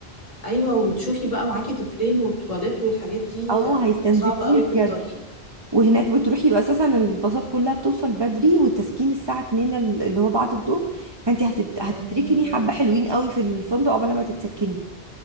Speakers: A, on the left; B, on the right.
A: ايوه وتشوفي بقى معاكي طفلين والتواليت والحاجات دي
B: اه
A: هتبقى
B: هيستنزفوني
A: صعبة قوي
B: بجد
A: في الطريق
B: وهناك بتروحي يبقى اساسا الباصات كلها بتوصل بدري وتسكين الساعه 2 ال- اللي هو بعد الظهر فانت هتت...
A: اه
B: هتتركني حبه حلوين قوي في الفندق قبل ما تتسكني